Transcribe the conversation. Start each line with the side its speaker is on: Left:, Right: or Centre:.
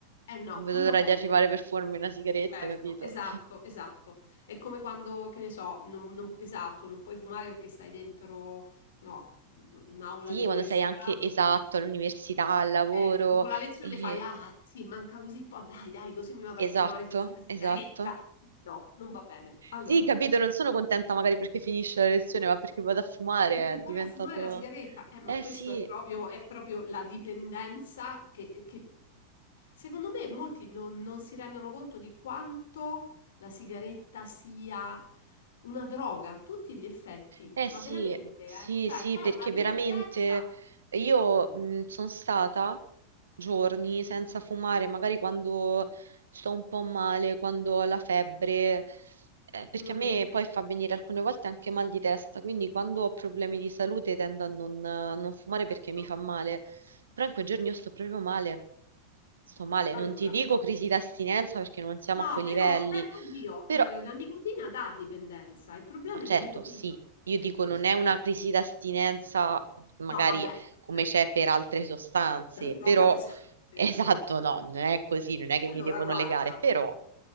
Left: Eh no,
Right: non vedo
Left: non
Right: l'ora
Left: va bene
Right: di arrivare
Left: così.
Right: per fumarmi una sigaretta,
Left: Certo,
Right: capito?
Left: esatto, esatto. È come quando, che ne so, non, non- esatto, non puoi fumare perché stai dentro, no, un'aula
Right: Sì,
Left: di università.
Right: quando sei anche esatto all'università, al lavoro.
Left: Eh, dopo la lezione
Right: e
Left: fai, ah sì, manca così po', dai, dai, così mi vado
Right: Esatto,
Left: a fumare questa sigaretta.
Right: esatto.
Left: No, non va bene. Allora.
Right: Sì, capito, non sono contenta magari perché finisce la lezione, ma perché vado a fumare,
Left: Perché
Right: è diventato...
Left: vai a fumare la sigaretta, eh, ma
Right: Eh
Left: questo
Right: sì,
Left: è proprio, è proprio la dipendenza che, che secondo me molti non, non si rendono conto di quanto la sigaretta sia una droga a tutti gli effetti,
Right: eh
Left: ma
Right: sì,
Left: veramente,
Right: sì,
Left: eh? Cioè
Right: sì,
Left: è
Right: perché
Left: una dipendenza.
Right: veramente io sono stata giorni senza fumare, magari quando sto un po' male, quando ho la febbre, eh, perché
Left: Mhm,
Right: a me poi fa venire alcune volte anche mal di testa, quindi quando ho problemi di salute tendo a non, a non fumare
Left: certo.
Right: perché mi fa male, però in quei giorni io sto proprio male. Sto male,
Left: Allora,
Right: non ti dico crisi d'astinenza perché non siamo
Left: no,
Right: a quei
Left: però,
Right: livelli,
Left: beh, oddio,
Right: però,
Left: eh, la nicotina dà dipendenza, il problema
Right: ma certo,
Left: è la nicotina,
Right: sì, io
Left: è
Right: dico
Left: questo.
Right: non è una crisi d'astinenza magari
Left: No, vabbè,
Right: come c'è
Left: certo,
Right: per altre sostanze,
Left: la droga
Right: però,
Left: pesante,
Right: <laughs> esatto,
Left: però.
Right: no, non è così, non è che
Left: Allora,
Right: mi devono
Left: guarda,
Right: legare, però,